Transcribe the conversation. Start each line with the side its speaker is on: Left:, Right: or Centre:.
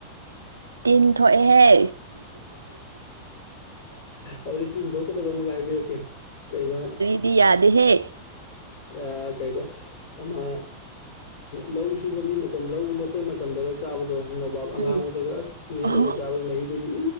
Right: ꯇꯤꯟ ꯊꯣꯛꯑꯦꯍꯦ
Left: ꯑꯗꯨꯗꯤ ꯇꯤꯟ ꯊꯣꯛꯣꯀꯗꯕ ꯑꯃꯒ ꯍꯥꯏꯕꯤꯔꯛꯀꯦ ꯀꯩꯕ
Right: ꯗꯤ ꯌꯥꯗꯦꯍꯦ
Left: ꯑ ꯀꯩꯕ ꯑꯃ ꯂꯧ ꯁꯨꯕꯒꯤ ꯃꯇꯝ ꯂꯧ ꯂꯣꯛꯄꯒꯤ ꯃꯇꯝꯗꯒ ꯆꯥꯕꯗꯣ ꯅꯣꯕꯥꯞ ꯑꯉꯥꯡꯕꯗꯒ
Right: ꯎꯝ
Left: ꯑꯁ ꯃꯦꯠꯂꯒ
Right: ꯑꯣ
Left: ꯆꯥꯕꯒꯤ ꯃꯍꯤꯗꯨꯗꯤ꯫